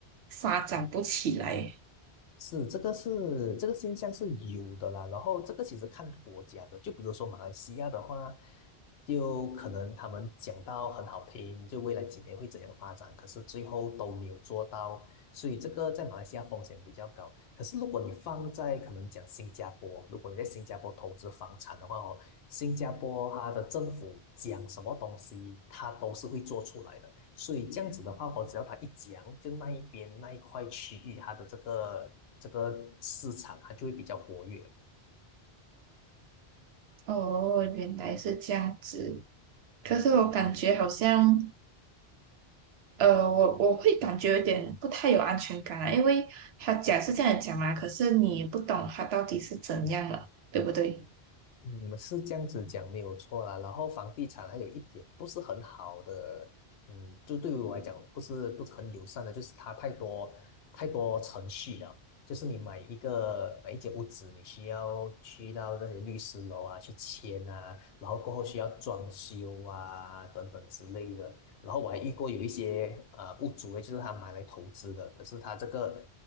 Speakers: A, on the right (about 75°); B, on the left (about 70°).
A: 发展不起来。
B: 是，这个是这个现象是有的啦。然后这个其实看国家的，就比如说马来西亚的话，就可能他们讲到很好听，就未来几年会怎样发展，可是最后都没有做到所以这个在马来西亚风险比较高。可是如果你放在可能讲新加坡，如果你在新加坡投资房产的话哦，新加坡它的政府讲什么东西，它都是会做出来的。所以这样子的话我只要它一讲，就那一边那一块区域它的这个这个市场，它就会比较活跃。
A: 哦，原来是这样子。可是我感觉好像。呃，我我会感觉有点不太有安全感啊，因为他讲是这样讲嘛，可是你不懂他到底是怎样了，对不对？
B: 嗯，是这样子讲没有错啦。然后房地产还有一点不是很好的，嗯，就对于我来讲不是不是很友善的，就是它太多太多程序了。就是你买一个买一间屋子，你需要去到那些律师楼啊去签啊，然后过后需要装修啊等等之类的。然后我还遇过有一些呃屋主诶，就是他买来投资的，可是他这个